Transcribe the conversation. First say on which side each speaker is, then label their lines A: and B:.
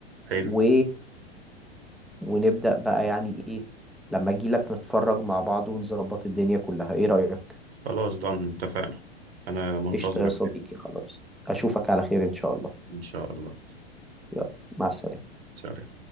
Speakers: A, on the right; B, in the centre.
A: حلو
B: و... ونبدأ بقى يعني ايه لما اجي لك نتفرج مع بعض ونظبط الدنيا كلها ايه رأيك
A: خلاص ضن اتفقنا انا منتظرك
B: قشطة يا صديقي
A: يعني.
B: خلاص اشوفك على خير ان شاء الله
A: ان شاء الله
B: يلا مع السلامة
A: سلام